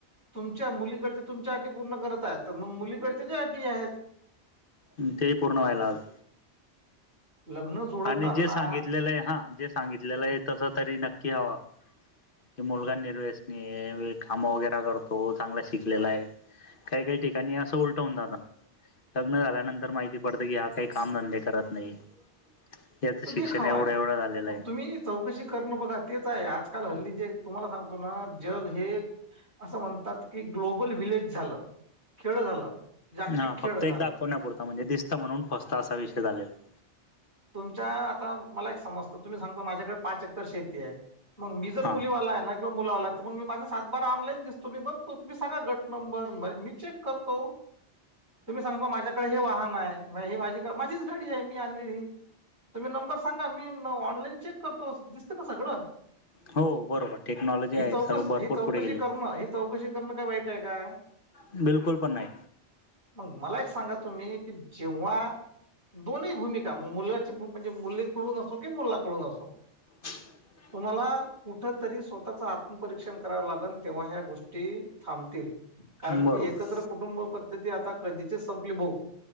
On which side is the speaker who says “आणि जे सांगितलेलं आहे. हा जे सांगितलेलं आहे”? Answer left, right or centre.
Left